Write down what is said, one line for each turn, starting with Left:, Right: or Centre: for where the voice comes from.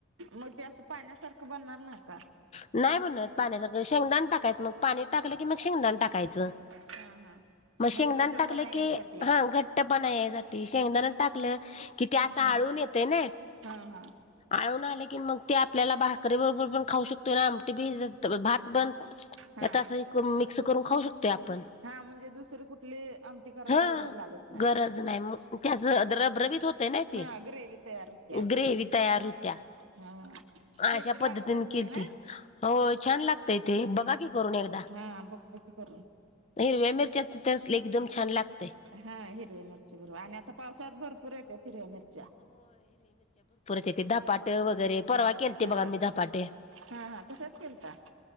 Right: मग ते असं पाण्यासारखं बनणार नाही का?
Left: नाही बनत पाण्यासारखं, शेंगदाण टाकायचं मग पाणी टाकलं की मग शेंगदाण टाकायचं.
Right: हा हा
Left: मग शेंगदाान
Right: म्हणजे घट्टपणा
Left: टाकलं
Right: यायसाठी
Left: की हा घट्ट पणा यासाठी. ते शेंगदाना टाकलं कि ते असं
Right: हा
Left: आळून येते ना,
Right: हा
Left: आळून आले की मग ते आपल्याला भाकरीे बरोबर पण खाऊ शकतो ना आमटी बी, भात पण त्यात
Right: हा
Left: असं मिक्स करून खाऊ शकते आप पण.
Right: हा म्हणजे दुसरी कुठली आमटी करायची
Left: हा,
Right: गरज लागत नाही
Left: गरज नाही मग. ते असं रब-रबीत होतंय ना ते,
Right: हा ग्रेवी तयार होत्या
Left: ग्रेवी तयार होत्या.
Right: हा टेस्टी
Left: अशा
Right: लागत
Left: पद्धतीने
Right: असेल
Left: केल
Right: ना
Left: ते. हो, छान य ते, बघा कि करून एकदा.
Right: हा बघतो की करून
Left: हिरव्या मिरच्याच तर एकदम छान लागतंय.
Right: हा, हिरव्या मिरची बरोबर आणि आता पावसाळ्यात भरपूर येत्यात हिरव्या मिरच्या.
Left: तेथ ते धपाट वगैरे, परवा केलते
Right: हा
Left: बघा मी धपाटे.
Right: हा हा कशाच केलता